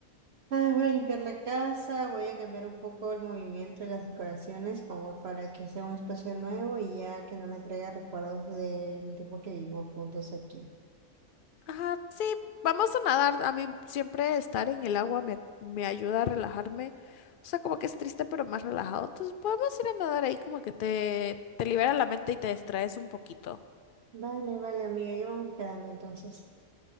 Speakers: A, on the right; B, on the left.
A: Ah, voy a limpiar la casa, voy a cambiar un poco el movimiento de las decoraciones como para que sea un espacio nuevo y ya que no me traiga recuerdos del tiempo que vivimos juntos aquí.
B: Ajá, sí, vamos a nadar. A mí siempre estar en el agua me, me ayuda a relajarme. O sea, como que es triste, pero más relajado. Entonces podemos ir a nadar ahí, como que te, te libera la mente y te distraes un poquito.
A: Vale, vale, amiga, ya vamos quedando entonces.